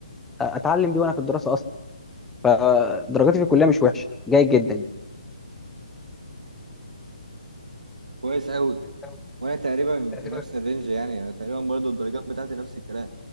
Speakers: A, in the centre; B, on the right.
A: اتعلم بيه وانا في الدراسه اصلا فدرجاتي في الكليه مش وحشه جيد جدا
B: كويس قوي
A: يعني
B: وانا تقريبا
A: تقريبا
B: في نفس الرينج يعني انا تقريبا برضو الدرجات بتاعتي نفس الكلام